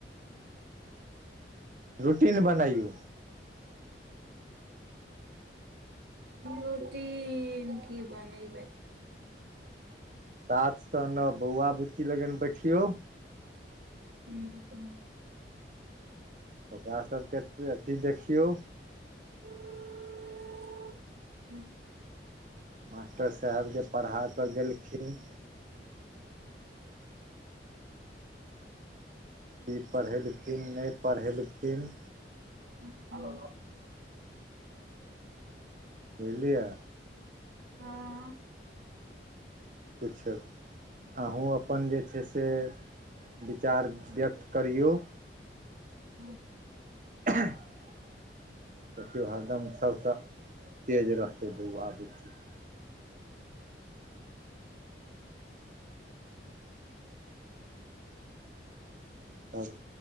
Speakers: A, on the right; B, on the right.
A: रूटीन बनाइयौ
B: रुटीन की बनेबै
A: सात से नौ बौआ बुच्ची लगन बैठियौ
B: हुँ
A: ओकरा सबके अथी देखियौ
B: <unintelligible>
A: मास्टर साहेब जे पढ़ा के गेलखिन की पढ़ेलखिन नहि पढ़ेलखिन
B: <unintelligible>
A: बुझलियै
B: ह
A: ठीक छै अहूँ अपन जे छै से विचार व्यक्त करियौ
B: ह
A: <unintelligible> देखियौ हरदम सबसँ तेज रहतै बौआ बुची तब